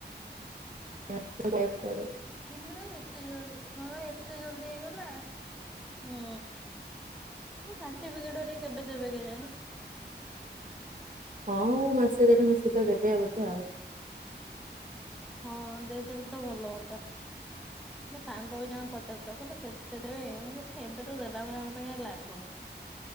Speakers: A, on the right; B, in the centre.
A: ହଁ ତମେ କୁଆଡ଼େ
B: ତିନି ମାସ ଏତେ ଜ ହଁ ଏତେ ଜଲଦି ହେଇଗଲା ହୁଁ। ମୋ ସାର୍ଟିଫିକେଟ ହେରିକା କେବେ ଦେବେ କେଇଜାଣି।
A: ହଁ ମାସେ ଦେଢ ମାସେ ଭିତରେ ଦେବେ ବୋଧେ ଆଉ
B: ହଁ ଦେଇଦେଲେ ତ ଭଲ ହୁଅନ୍ତା। ମୋ ସାଙ୍ଗ ବି ଜଣେ ପଚାରୁ ଥିଲେକହିଲେ କେତେ ଦେବେ ମୁଁ କହିଲି ଏବେ ତ ଦେଲା ଭଳିଆ ମତେ କାହିଁ ଲାଗୁନି।